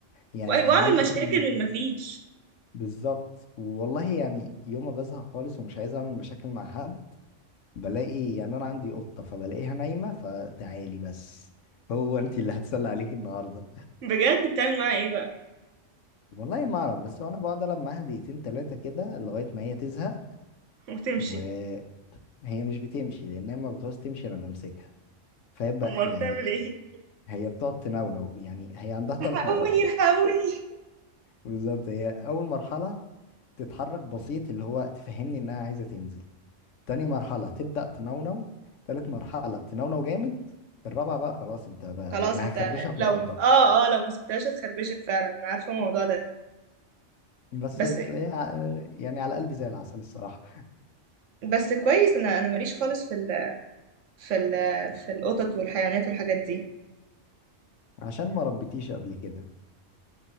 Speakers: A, on the left; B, on the right.
A: يعني
B: وأي- واعمل
A: انا ممكن
B: مشاكل من ما فيش
A: بالظبط والله يعني يوم ما بزهق خالص ومش عايز اعمل مشاكل مع حد بلاقي يعني انا عندي قطه فبلاقيها نايمه فتعالي بس هو انت اللي هتسلى عليكي النهارده
B: بجد بتعمل معاها ايه بقى
A: والله ما اعرف بس انا بقعد العب معاها دقيقتين تلاتة كده لغاية ما هي تزهق
B: <laughs> وتمشي
A: وهي مش بتمشي لان هي ما بتعوز تمشي انا بمسكها فهي بق-
B: امال
A: يعني
B: بتعمل ايه
A: هي بتقعد تنونو يعني هي عندها ثلاث
B: الحقوني
A: مراحل
B: الحقوني
A: بالظبط هي اول مرحلة تتحرك بسيط اللي هو تفهمني انها عايزة تنزل تاني مرحلة تبدأ تنونو تالت مرحلة تنونو جامد الرابعة بقى خلاص انت بقى
B: خلاص
A: انا
B: انت
A: هخربشك
B: لو
A: وعضك
B: اه اه لو ما سبتهاش هتخربشك فعلا انا عارفه الموضوع ده
A: بس
B: بس
A: هي ع- يعني على قلبي زي العسل الصراحة
B: بس كويس انا انا ماليش خالص في ال في ال في القطط والحيوانات والحاجات دي
A: عشان ما ربيتيش قبل كده